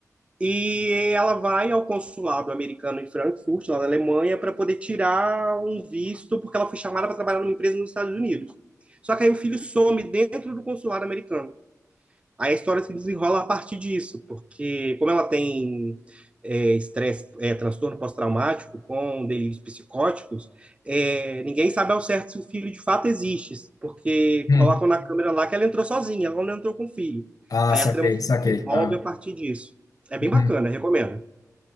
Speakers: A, on the right; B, on the left.
A: e ela vai ao consulado americano em Frankfurt, lá na Alemanha, para poder tirar um visto, porque ela foi chamada para trabalhar numa empresa nos Estados Unidos. Só que aí o filho some dentro do consulado americano. Aí a história se desenrola a partir disso, porque como ela tem é, estresse, é, transtorno pós-traumático com delírios psicóticos, é, ninguém sabe ao certo se o filho de fato existe, porque
B: Hum.
A: colocam na câmera lá que ela entrou sozinha, ela não entrou com o filho.
B: Ah,
A: Aí
B: saquei,
A: a trama se
B: saquei.
A: desenvolve
B: Aham.
A: a partir disso. É bem
B: Uhum.
A: bacana, recomendo.